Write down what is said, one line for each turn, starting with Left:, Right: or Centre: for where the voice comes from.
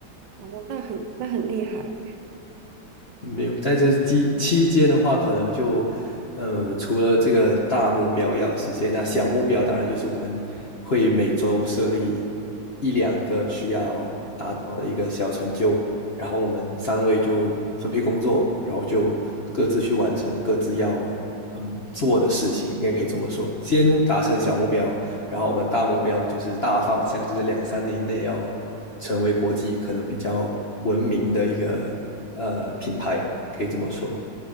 Right: 哦，那很那很厉害，
Left: 没有，在这期期间的话，可能就，呃，除了这个大目标要实现，那小目标当然就是我们会每周设立一两个需要达到的一个小成就，然后我们三位就分配工作，然后就各自去完成各自要嗯做的事情，应该可以这么说，先达成小目标，然后我们大目标就是大方向，就是两三年内要成为国际可能比较文明的一个呃品牌，可以这么说。